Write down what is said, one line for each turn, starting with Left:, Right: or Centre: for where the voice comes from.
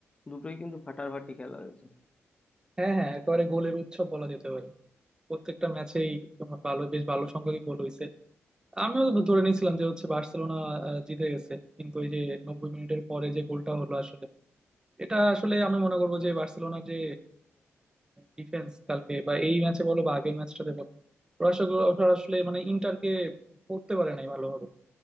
Left: দুটোই কিন্তু ফাটাফাটি খেলা হয়েছে
Right: হ্যাঁ হ্যাঁ একেবারে গোলের উৎসব বলা যেতে পারে প্রত্যেকটা ম্যাচেই তোমার ভালো বেশ ভালো সংখ্যক গোল হয়েছে আমিও ধরে নিয়েছিলাম যে হচ্ছে বার্সেলোনা আহ, জিতে গেছে কিন্তু ওই যে নব্বই মিনিটের পরে যে গোলটা হলো আসলে এটা আসলে আমি মনে করবো যে বার্সেলোনার যে ডিফেন্স কালকে বা এই ম্যাচে বলো বা আগের ম্যাচটাতে বলো ওরা আসলে ওরা আসলে মানে ইন্টারকে পড়তে পারে নাই ভালোভাবে